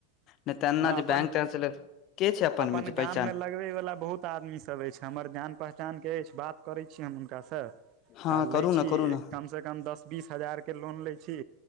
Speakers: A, on the left; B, on the right.
A: नहि तऽ एना
B: हँ
A: जे
B: अपन
A: बैंक-टैंकसँ लेत। के छै
B: अपन
A: मे जे
B: गाममे
A: पहचान
B: लगबय वला बहुत आदमी सब अछि, हमर जान-पहिचानक अछि बात। करै छी हम हुनकासँ आ
A: हँ करू
B: लै
A: ने
B: छी
A: करू
B: कम
A: ने
B: कमसँ कम दस बीस हजारके लोन लै छी